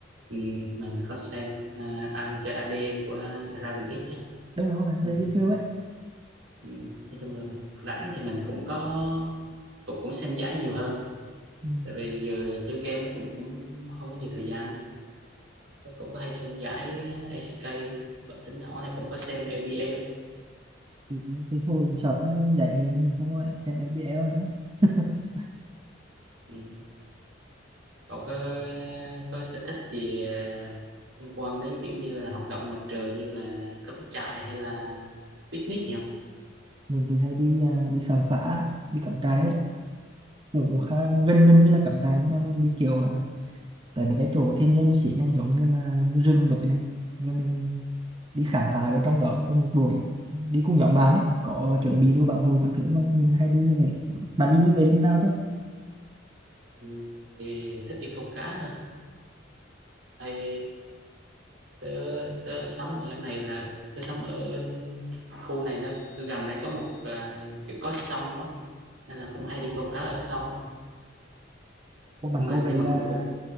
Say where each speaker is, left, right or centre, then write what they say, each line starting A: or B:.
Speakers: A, on the right; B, on the right.
A: ừ, mình có xem uh, anh chơi AD của Dragon X á.
B: đúng đúng rồi
A: Ừ,
B: Lazy Field ấy
A: ừ. Nói chung là rảnh thì mình cũng có cũng cũng xem giải nhiều hơn
B: ừ.
A: tại vì giờ chơi game nó cũng cũng không có nhiều thời gian á. cũng, cũng có hay xem giải ờ, ACK thỉnh thoảng thì cũng có xem APL
B: thì cũng- từ hồi sọt nó dạy người mình không có xem LBL nữa <laughs>
A: ừ. Cậu có có sở thích gì ờ, liên quan đến kiểu như là hoạt động ngoài trời như là cắm trại hay là picnic gì không?
B: mình thì hay đi à, đi khám phá đi cắm trại ấy cũng cũng khá
A: Ừ,
B: gần gần như là cắm trại nhưng mà mình đi kiểu à, tại mấy cái chỗ thiên nhiên xịn này giống như là như rừng đồi này rồi mình đi khám phá ở trong đó trong một buổi đi cùng nhóm bạn ấy có chuẩn bị đồ bảo hộ các thứ mà mình hay đi như vậy bạn đi như vậy lúc nào chứ
A: ừ, Thì thích đi câu cá hơn. Hay tớ tớ sống ở này là tớ sống ở um, khu này nó gần đây có một à, kiểu có sông á nên là cũng hay đi câu cá ở sông
B: Ủa, bạn
A: nhưng
B: cậu
A: mà
B: về
A: nhưng
B: là
A: mà cũng cũng